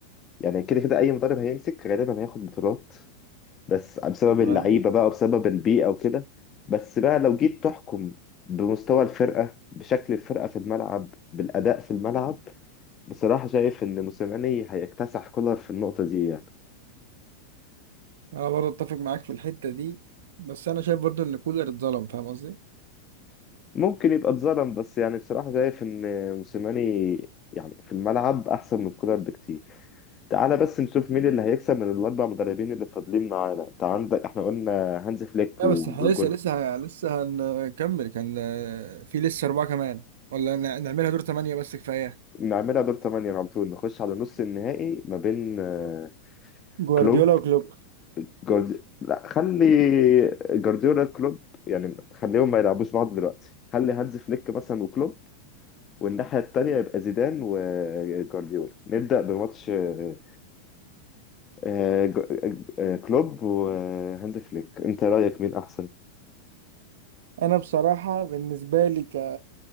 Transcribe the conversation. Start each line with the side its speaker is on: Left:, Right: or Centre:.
Left: يعني كده كده أي مدرب هيمسك غالبا هياخد بطولات بس بسبب اللعيبه
Right: تمام
Left: بقى وبسبب البيئه وكده بس بقى لو جيت تحكم بمستوى الفرقه بشكل الفرقه في الملعب بالاداء في الملعب بصراحه شايف ان موسيماني هيكتسح كولر في النقطه دي يعني
Right: انا برضه اتفق معاك في الحته دي بس انا شايف برضه ان كولر اتظلم فاهم قصدي
Left: ممكن يبقى اتظلم بس يعني بصراحه شايف ان موسيماني يعني في الملعب احسن من كولر بكتير تعالى بس نشوف مين اللي هيكسب من الاربع مدربين اللي فاضلين معانا انت عندك احنا قلنا هانز فليك
Right: لا
Left: و-
Right: بس احنا
Left: وجول
Right: لسه لسه لسه هنكمل كان في لسه اربعه كمان ولا ن- نعملها دور ثمانيه بس كفايه
Left: نعملها دور 8 على طول نخش على نص النهائي ما بين آه،
Right: جوارديولا
Left: كلوب
Right: وكلوب
Left: جوارديولا لا خلي جوارديولا كلوب يعني خليهم ما يلعبوش بعض دلوقتي خلي هانز فليك مثلا وكلوب والناحية التانية يبقى زيدان وجوارديولا نبدأ بماتش آه، آه، جو- آه، آه، كلوب وهانز فليك انت رأيك مين احسن
Right: انا بصراحه بالنسبه لي ك...